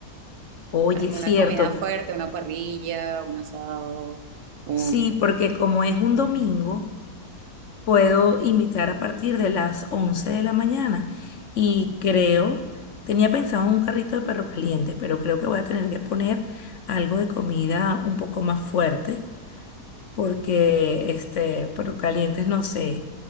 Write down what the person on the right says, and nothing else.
alguna
comida fuerte, una parrilla, un asado? un-